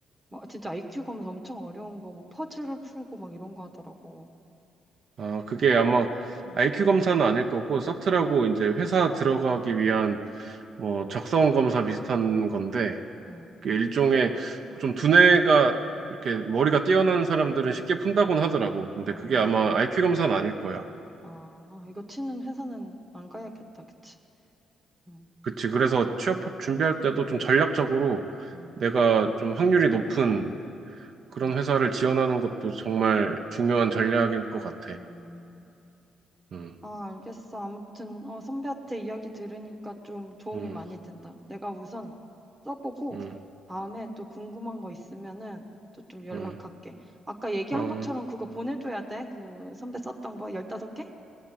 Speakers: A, on the right (about 20°); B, on the right (about 60°).
A: 막 진짜 IQ 검사 엄청 어려운 거 막 퍼즐을 풀고 막 이런 거 하더라고.
B: 아, 그게 아마
A: 응,
B: IQ 검사는 아닐 거고 사트라고 이제 회사 들어가기
A: 응,
B: 위한 뭐 적성 검사 비슷한 건데
A: 응.
B: 그 일종의 좀 두뇌가 이렇게 머리가 뛰어난 사람들은 쉽게 푼다곤 하더라고.
A: 아,
B: 근데 그게 아마 IQ 검사는 아닐 거야.
A: 아, 이거 치는 회사는 안 가야겠다, 그치? 응,
B: 그치. 그래서 취업 준비할 때도 좀 전략적으로
A: 응,
B: 내가 좀 확률이 높은 그런
A: 응,
B: 회사를 지원하는 것도 정말 중요한 전략인 것 같아.
A: 응.
B: 음,
A: 아, 알겠어. 아무튼, 어, 선배한테 이야기 들으니까 좀 도움이
B: 음,
A: 많이 된다. 내가 우선 써보고,
B: 음,
A: 다음에 또 궁금한 거 있으면은 또 좀 연락할게.
B: 음.
A: 아까 얘기한
B: 어,
A: 것처럼 그거 보내줘야 돼. 그 선배 썼던 거, 15개?